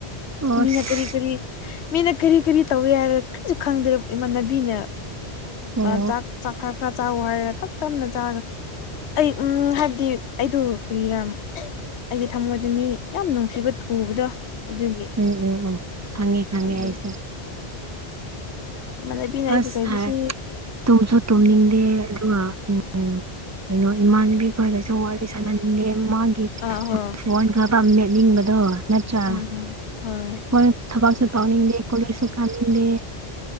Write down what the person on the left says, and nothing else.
ꯃꯤꯅ ꯀꯔꯤ ꯀꯔꯤ ꯃꯤꯅ ꯀꯔꯤ ꯀꯔꯤ ꯇꯧꯋꯦ ꯍꯥꯏꯔ ꯀꯔꯤꯁꯨ ꯈꯪꯗꯦ ꯏꯃꯥꯟꯅꯕꯤꯅ
ꯃꯥ ꯆꯥꯛ ꯆꯥꯛ ꯈꯔ ꯈꯔ ꯆꯥꯎ ꯍꯥꯏꯔ ꯍꯦꯛꯇ ꯇꯞꯅ ꯆꯥꯔ ꯑꯩ ꯎꯝ ꯍꯥꯏꯕꯗꯤ ꯑꯩꯗꯣ ꯀꯔꯤꯔ ꯑꯩꯒꯤ ꯊꯝꯃꯣꯏꯗ ꯃꯤ ꯌꯥꯝ ꯅꯨꯡꯁꯤꯕ ꯊꯨꯕꯗꯣ ꯑꯗꯨꯒꯤ
ꯑꯗꯨꯒꯤ
ꯏꯃꯥꯟꯅꯕꯤꯅ ꯑꯩꯕꯨ
ꯆꯩꯕꯁꯤ
ꯑꯥ ꯍꯣꯏ
ꯑꯥ ꯍꯣꯏ